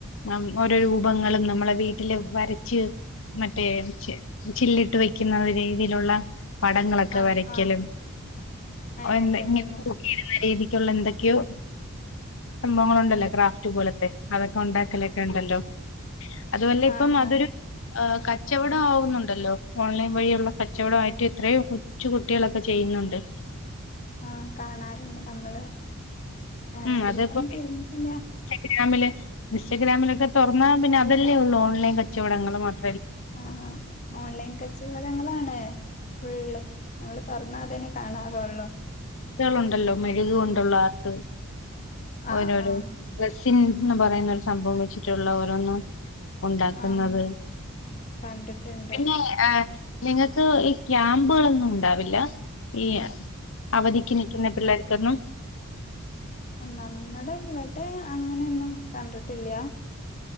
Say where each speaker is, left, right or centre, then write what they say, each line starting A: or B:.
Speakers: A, on the left; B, on the left.
A: നമുക്ക് ഓരോ രൂപങ്ങളും നമ്മളെ വീട്ടില് വരച്ച് മറ്റേ ച് ചില്ലിട്ട് വെക്കുന്ന രീതിയിലുള്ള പടങ്ങളൊക്കെ
B: ആഹ്
A: വരയ്ക്കലും
B: ആഹ് അങ്ങനെയൊക്കെ
A: ഓഹ് എന്താ ഇങ്ങനെ
B: ഉണ്ടല്ലേ
A: തൂക്കിയിടുന്ന രീതിക്കുള്ള എന്തൊക്കെയോ സംഭവങ്ങളൊണ്ടല്ലോ ക്രാഫ്റ്റ് പോലത്തെ. അതൊക്കെ ഉണ്ടാക്കലൊക്കെ ഉണ്ടല്ലോ അതുവല്ല ഇപ്പം
B: ആഹ്
A: അതൊരു
B: ആഹ്
A: കച്ചവടം ആവുന്നുണ്ടല്ലോ ഓൺലൈൻ വഴിയുള്ള കച്ചവടമായിട്ട് എത്രയോ കൊച്ച് കുട്ടികളൊക്കെ ചെയ്യുന്നുണ്ട്
B: ആഹ്, കാണാറുണ്ട് നമ്മള്. എന്നാ
A: ഉം
B: അതിലേക്കൊന്നും
A: അതിപ്പോ
B: തിരിഞ്ഞിട്ടില്ല.
A: ഇൻസ്റ്റഗ്രാമില് ഇൻസ്റ്റഗ്രാമിലൊക്കെ തോറന്നാ പിന്നെ അതല്ലേ ഒള്ളൂ ഓൺലൈൻ കച്ചവടങ്ങള് മാത്രം.
B: ആഹ്, ഓൺലൈൻ കച്ചവടങ്ങളാണ് ഫുള്ള്. നമ്മള് തൊറന്നാ അതന്നെ കാണാറൊള്ളൂ.
A: ട്ട്കളുണ്ടല്ലോ മെഴുക് കൊണ്ടുള്ള ആർട്ട്.
B: ആഹ്
A: ഓരോരോ
B: ആഹ്
A: ഗസിൻ എന്ന് പറയുന്ന ഒരു സംഭവം വെച്ചിട്ടുള്ള ഓരോന്ന് ഉണ്ടാക്കുന്നത്.
B: ആഹ് കണ്ടിട്ടുണ്ട്
A: പിന്നെ ആഹ് നിങ്ങക്ക് ഈ ക്യാമ്പ്കളൊന്നും ഉണ്ടാവില്ല? ഈ അവധിക്ക് നിക്ക്ന്ന പിള്ളേർക്കൊന്നും
B: നമ്മടെ ഇവിടെ അങ്ങനെയൊന്നും കണ്ടിട്ടില്ല.